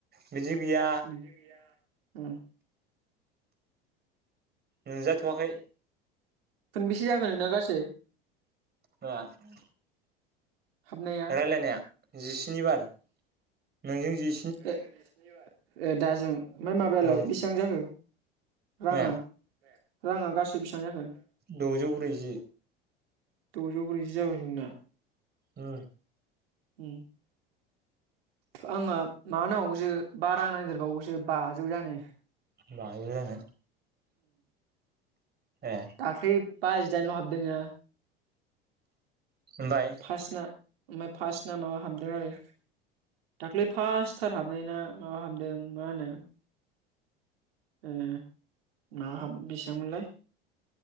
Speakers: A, on the right; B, on the right.
A: बिदि गैया।
B: उम उम
A: नुजाथ'वाखै।
B: खोनबेसे जाखो नोंना गासै?
A: माया दा
B: हाबनाया
A: रायलायनाया जिस्नि बार। नोंजों जि।
B: ओ दाजों ओमफ्राय माबायालाय
A: औ
B: बेसेबां जाखो? राङा
A: माया
B: राङा गासै बेसेबां जाखो?
A: द'जौ ब्रैजि
B: द'जौ ब्रैजि जाबाय नोंना।
A: ओ।
B: उ। आंना मा नांगौसो बा रां ननायदेरबावोसो बाजौ जानो।
A: बाजौ जानो ए।
B: दाख्लि बाजिदाइनल' हाबदोंना
A: ओमफ्राय
B: फार्स्ट ना ओमफ्राय फार्स्टना माबा हाबदों आरो। दाख्लै फार्स्टथार हाबनाय ना माबा हाबदों मा होनो। ओ मा बेसेबांमोनलाय।